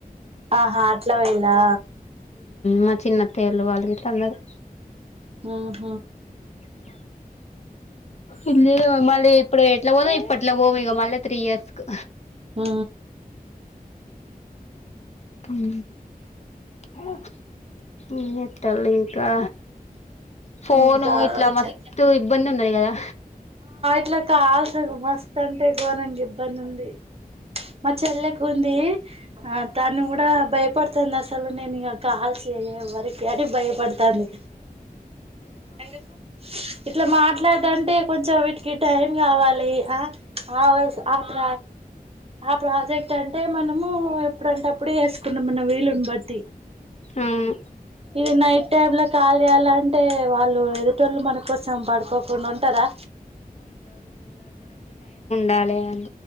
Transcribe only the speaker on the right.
ఆహా అట్లా వేయిల్లా
ఉం
ఉ
ఇంకా
చె
ఇట్ల కాల్స్ మస్త్ అంటే గోరంగ ఇబ్ బంది మా చెల్లెకు ఉంది ఆ తను కూడా భయపడుతంది అసలు నేను ఇక కాల్స్ చేయేవరికి అని భయపడుతంది ఎందుకు ఇట్లా మాట్లాడు అంటే కొంచెం వీటికి టైం కావాలి ఆ వస్ ఆత్ర ఆ ప్రాజెక్ట్ అంటే మనము ఎప్పుడంటప్పుడు చేసుకున్నాం మన వీలుని బట్టి
ఇది నైట్ టైమ్ లో కాల్ చేయాలంటే వాళ్లు ఎదో ట్టోలు మన కోసం పడుకోకుండా ఉంటరా